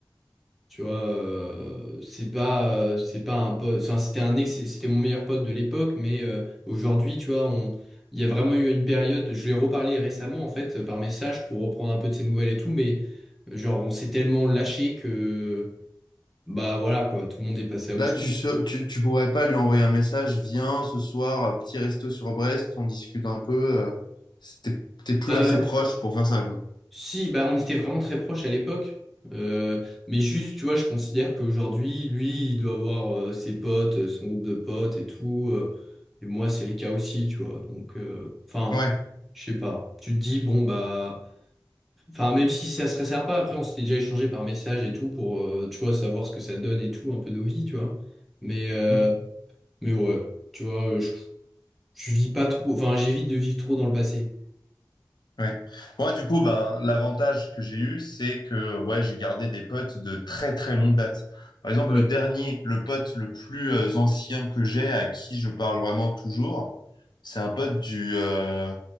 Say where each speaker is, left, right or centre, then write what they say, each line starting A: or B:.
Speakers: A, in the centre; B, on the left.
A: Tu vois, euh, c'est pas, euh, c'est pas un pote. Enfin, c'était un ex, c'était mon meilleur pote de l'époque, mais euh, aujourd'hui, tu vois, on, il y a vraiment eu une période. Je lui ai reparlé récemment, en fait, par message pour reprendre un peu de ses nouvelles et tout, mais euh, genre, on s'est tellement lâché que, bah voilà, quoi, tout le monde est passé à
B: Là,
A: autre
B: tu,
A: chose.
B: se- tu, tu pourrais pas lui envoyer un message, viens ce soir, euh, petit resto sur Brest, on discute un peu. euh, c'était- t'es plus
A: Ouais,
B: assez proche pour faire ça, quoi.
A: Si, bah, on était vraiment très proches à l'époque. Euh, mais juste, tu vois, je considère qu'aujourd'hui, lui, il doit avoir euh, ses potes, euh, son groupe de potes et tout. euh, et moi, c'est le cas aussi, tu vois. Donc, euh, enfin,
B: Ouais.
A: je sais pas. Tu te dis, bon, bah, enfin, même si ça se resserre pas, après, on s'était déjà échangé par message et tout pour, euh, tu vois, savoir ce que ça donne et tout, un peu nos vies, tu vois. Mais, euh,
B: Mm.
A: mais ouais, tu vois, euh, je, je vis pas trop, enfin, j'évite de vivre trop dans le passé.
B: Ouais. Moi, du coup, ben, l'avantage que j'ai eu, c'est que ouais, j'ai gardé des potes de très très longue date. Par exemple,
A: Ouais,
B: le dernier, le pote le plus euh, ancien que j'ai, à qui je parle vraiment toujours, c'est un pote du, euh,